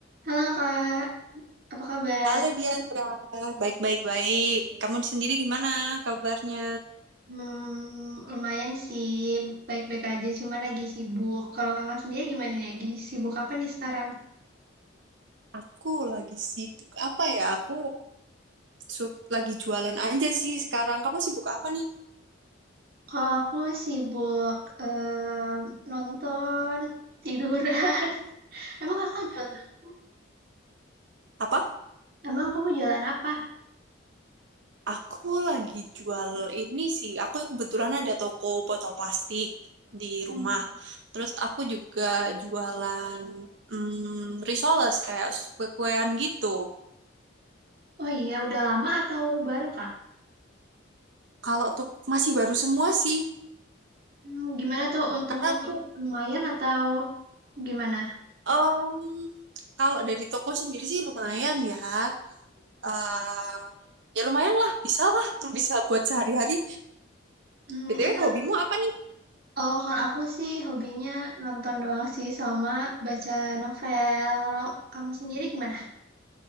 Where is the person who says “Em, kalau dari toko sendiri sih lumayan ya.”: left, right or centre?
Right